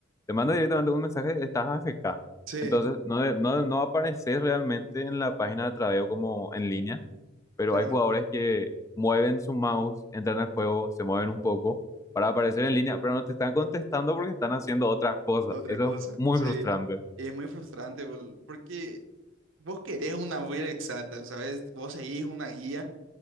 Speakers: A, on the left; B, on the right.
A: te manda directamente un mensaje, estás AFK.
B: Sí,
A: Entonces, no, de- no, no apareces realmente en la página de Tradeo como en línea pero
B: claro,
A: hay jugadores que mueven su mouse, entran al juego, se mueven un poco para aparecer en línea, pero no te están contestando porque están haciendo otras cosas.
B: otra
A: Eso
B: cosa,
A: es muy
B: sí.
A: frustrante.
B: Y es muy frustrante bol- porque vos querés una guía exacta, ¿sabes? Vos seguís una guía.